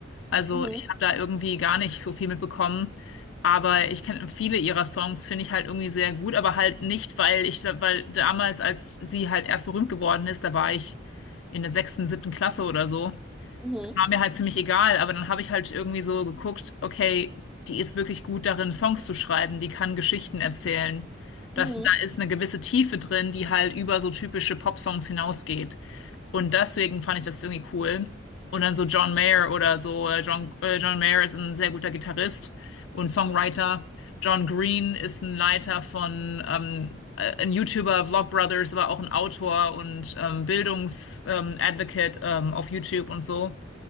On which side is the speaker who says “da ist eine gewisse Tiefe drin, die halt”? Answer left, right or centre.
Left